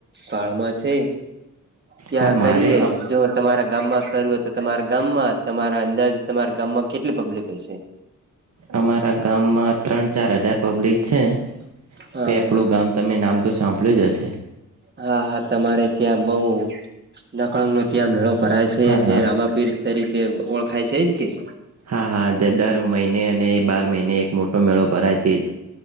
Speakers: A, on the right; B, on the right.
A: ભાળમાં છે. ત્યાં
B: હા
A: કરીએ
B: મારે
A: જો તમારા ગામમાં કરું હોય તો તમારા ગામમાં તમારા અંદાજ તમારા ગામમાં કેટલી પબ્લિક હશે?
B: અમારા ગામમાં ત્રણ ચાર હજાર પબ્લિક છે
A: હા
B: બે આપણું
A: હા
B: ગામ તમે નામ તો સાંભળ્યું જ હશે?
A: હા હા તમારે ત્યાં બઉ નકંગ નો ત્યાં મેળો ભરાય છે
B: હા
A: જે
B: હા
A: રામાપીર તરીકે ઓળખાય છે જ. <unintelligible>
B: હા હા દ- દર મહિને અને બાર મહિને એક મોટો મેળો ભરાય તેજ.